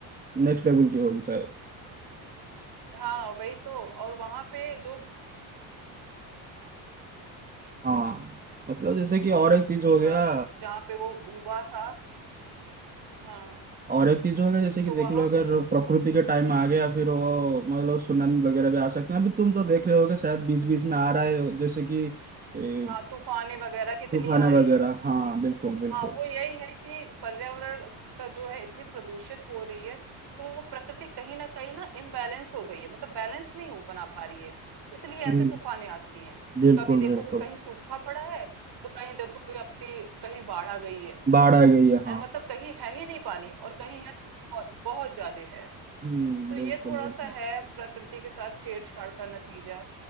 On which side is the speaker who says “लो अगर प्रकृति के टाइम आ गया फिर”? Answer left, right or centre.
Right